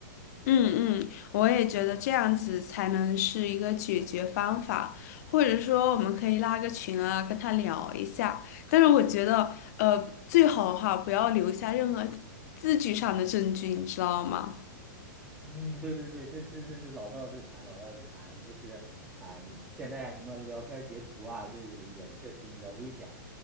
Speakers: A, on the left; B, on the right.
A: 嗯嗯，我也觉得这样子才能是一个解决方法，或者说我们可以拉个群啊，跟他聊一下。但是我觉得，呃，最好的哈，不要留下任何字据上的证据，你知道吗？
B: 嗯，对对对，这是这是老道之谈，老道之谈就是啊，你现在什么聊天截图啊，这也也确实比较危险。